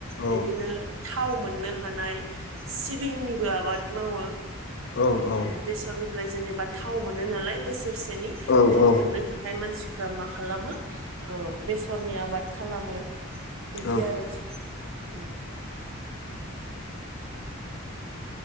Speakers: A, on the left (about 55°); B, on the right (about 75°).
A: औ
B: बिदिनो थाव मोननो हानाय सिबिंनिबो आबाद मावो
A: औ
B: ओ बेसरनिफ्राय जेनेबा थाव मोनो नालाय बोसोरसेनि
A: औ
B: थाव मोननो थाखाय मानसि फ्रा मा खालामो ओ बेसरनि आबाद खालामो बिदि
A: औ
B: आरोखि। उम